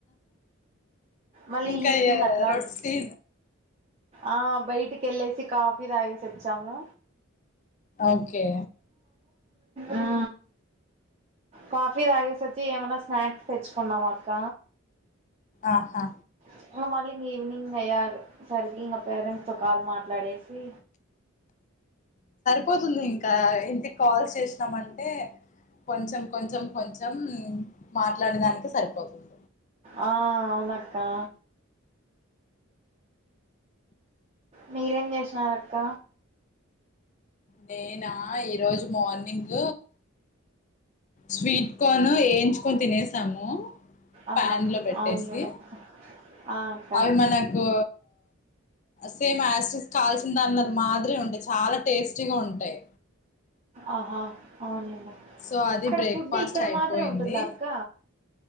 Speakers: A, on the right; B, on the left.
A: మళ్ళీ
B: ఇంకా
A: ఈవినింగ్
B: ఎ
A: అట్లా
B: రొట్టి
A: ఆ బయటికి ఎల్లేసి కాఫీ తాగేసి వచ్చాము
B: ఓకే
A: ఆ కాఫీ తాగేసోచి ఏమన పాడ్స్ తెచ్చకునావక్క
B: ఆహా
A: ఇగా మల్లి ఈవినింగ్ వేయాలి సార్కి ఇంకా పరంట్స్ నీతో కాల్ మాట్లాడేసి
B: పోతుంది ఇంకా కాల్ చేసినాంటే కొంచెం కొంచెం కొంచెం మాట్లాడేదానికి సరిపోతుంది
A: ఆ అవునాక్కా మీరేం చేసినరక్క
B: నేనా ఈరోజు మార్నింగ్ స్వీట్ కార్న్ వేయించుకొని తినేసాము
A: ఆహా
B: ప్యాన్ లో పెట్టేసి
A: అవునులేండి ఆ అక్క
B: అది మనకు సేమ్ కాల్చిన దానిలో అది మాదిరిగా ఉంటాయి చాలా టేస్టీగా ఉంటాయి
A: ఆహా అవునా
B: సో అది
A: అక్కడ
B: బ్రేక్ఫాస్ట్
A: ఫుడ్ ఇక్కడ
B: అయిపోయింది
A: మాత్రమే ఉంటుంద అక్క